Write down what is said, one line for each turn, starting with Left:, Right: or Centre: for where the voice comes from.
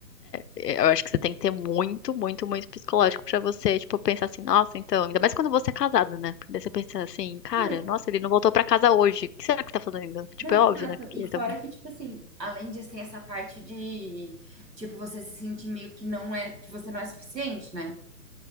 Left: eu acho que você tem que ter muito, muito, muito psicológico pra você, tipo, pensar assim, nossa, então, ainda mais quando você é casado, né? Porque daí você pensa assim, cara,
Right: Não, e-
Left: nossa, ele não voltou pra casa hoje, o que será que tá fazendo? Tipo,
Right: não,
Left: é óbvio,
Right: exato.
Left: né? Que
Right: E
Left: ele
Right: fora
Left: tá...
Right: que, tipo assim, além disso, tem essa parte de, tipo, você se sentir meio que não é, que você não é suficiente, né?